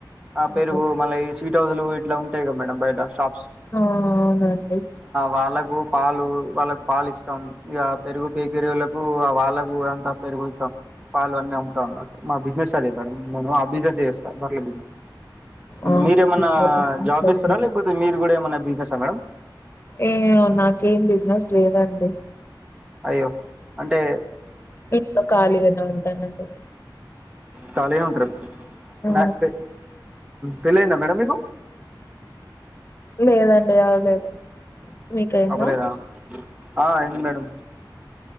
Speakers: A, on the right (about 15°); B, on the left (about 30°).
A: ఆ
B: అవును
A: పెరుగు మళ్ళ ఈ స్వీట్ హౌస్లు ఇట్లా ఉంటాయి కదా మేడం బయట షాప్
B: ఆ అవునండి
A: వాళ్ళకు పాలు వాళ్ళకి పాలు ఇస్తాం ఇక పెరుగు బే గిరివులకు అ వాళ్ళకు అంతా పెరుగుత్తం పాలు అన్నీ అమ్ముతాం మా బిజినెస్ అదే మేడం మము ఆ బిజినెస్సే చేస్తామ్ పార్లే ఉ
B: ఆ,
A: మీరేమన్నా
B: చెప్పండి.
A: జాబ్ చేస్తారా లేకపోతే మీరు కూడా ఏమన్నా బిజినెస్సా మేడం
B: ఏమొ నాకేం బిజినెస్ లేదండి
A: అయ్యో అంటే
B: <unintelligible> ఇంట్లో ఖాళీగానే ఉంటాను అండి
A: కాలిగా ఉంటర
B: ఆ,
A: మడ్ పే పెళ్ళయిందా మేడం మీకు
B: లేదండి అవలేదు మీకైంద
A: అవ్వలేదా ఆ అయింది మేడం